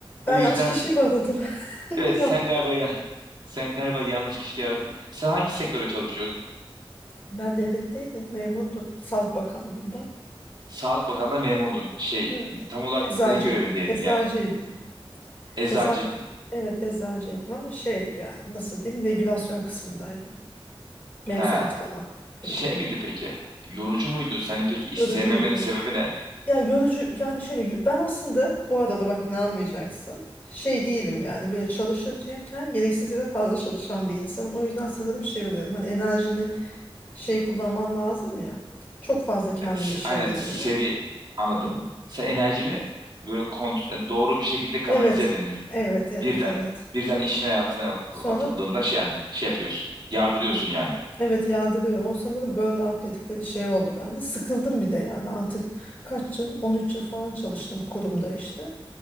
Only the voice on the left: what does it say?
Ben
yanlış
kişiyi mi aradım? <laughs>
Yanlış.
Ben devletteydim, memurdum. Sağlık Bakanlığı'nda.
Hı,
Eczacıyım.
Eczacıydım.
Ecza evet eczacıydım ama şey yani nasıl diyeyim regülasyon kısmındaydım. Mevzuat
falan filan.
Yorucuydu.
Yani yorucu yani şöyle ben aslında bu arada bak inanmayacaksın. Şey değilim yani böyle çalışırken gereksiz yere fazla çalışan bir insanım. O yüzden sanırım şey oluyorum. Hani enerjini şey kullanman lazım ya. Çok fazla kendimi
işe
veriyordum.
Hı.
Evet.
Evet, evet,
evet.
Sonra
b-
evet yadırıyorum. O sanırım burnout dedikleri şey oldu bende. Sıkıldım bir de yani artık kaç yıl? on üç yıl falan çalıştım kurumda işte.